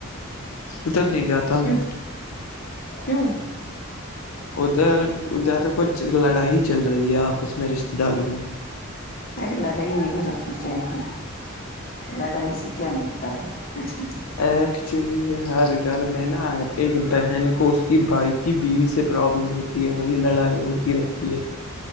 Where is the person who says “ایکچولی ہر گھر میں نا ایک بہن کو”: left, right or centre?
Left